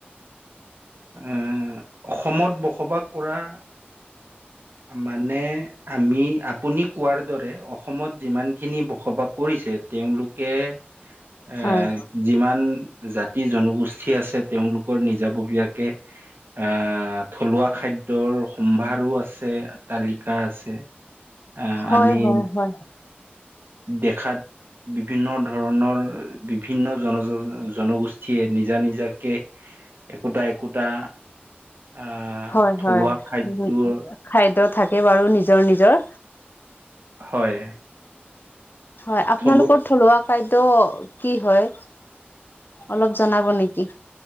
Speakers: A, on the right; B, on the left.
A: আহ অসমত বসবাস কৰা মানে আমি আপুনি কোৱাৰ দৰে অসমত যিমানখিনি বসবাস কৰিছে তেওঁলোকে এ
B: হয়
A: যিমান জাতি জনগোষ্ঠী আছে তেওঁলোকৰ নিজাববীয়াকে কে আহ থলুৱা খাদ্যৰ সম্ভাৰো আছে তালিকা আছে আহ
B: হয়
A: আমি
B: হয়
A: দেখাত বিভিন্ন ধৰণৰ বিভিন্ন জনজ জনগোষ্ঠীয়ে নিজা নিজাকে একোটা একোটা আহ
B: হয়
A: থলুৱা
B: হয়
A: খাদ্যয়ৰ
B: হয় খাদ্য থাকে বাৰু নিজৰ নিজৰ
A: হয়
B: হয় আপোনালোকৰ
A: থলু
B: থলুৱা খাদ্য কি হয় অলপ জনাব নেকি